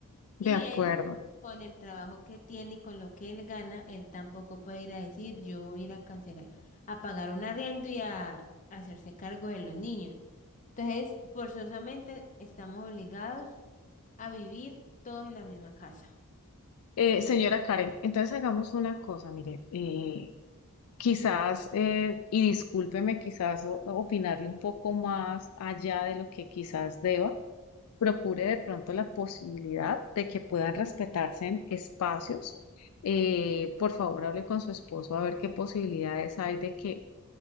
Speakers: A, on the left; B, on the left.
A: de
B: Y
A: acuerdo.
B: él, con el trabajo que tiene y con lo que él gana, él tampoco puede ir a decir, yo voy a ir a cancelar, a pagar un arriendo y a hacerse cargo de los niños. Entonces, forzosamente estamos obligados a vivir todos en la misma casa.
A: Eh, señora Karen, entonces hagamos una cosa, mire, eh, quizás, eh, y discúlpeme, quizás o- opinarle un poco más allá de lo que quizás deba, procure de pronto la posibilidad de que puedan respetarse en espacios. Eh, por favor, hable con su esposo a ver qué posibilidades hay de que